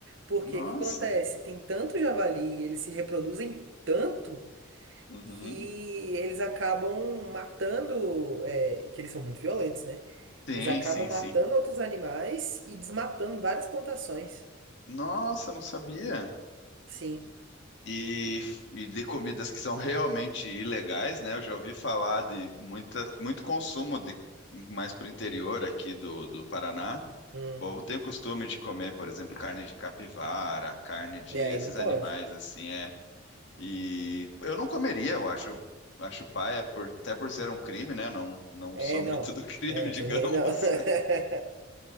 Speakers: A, on the right; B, on the left.
A: Porque
B: Nossa.
A: o que acontece? Tem tanto javali e eles se reproduzem tanto
B: Uhum.
A: que eles acabam matando, é, que eles são muito violentos, né?
B: Sim,
A: Eles acabam
B: sim,
A: matando
B: sim.
A: outros animais e desmatando várias plantações.
B: Nossa, não sabia.
A: Sim.
B: E, e de comidas que são realmente ilegais, né? Eu já ouvi falar de muita, muito consumo de mais para o interior aqui do, do Paraná.
A: Hum.
B: O povo tem o costume de comer, por exemplo, carne de capivara, carne de
A: E aí
B: esses
A: não pode.
B: animais assim, é. E eu não comeria, eu acho, acho paia, por- até por ser um crime, né? Não, não
A: É,
B: sou
A: não.
B: muito do crime,
A: É, eu
B: <laughs> digamos.
A: também não. <laughs>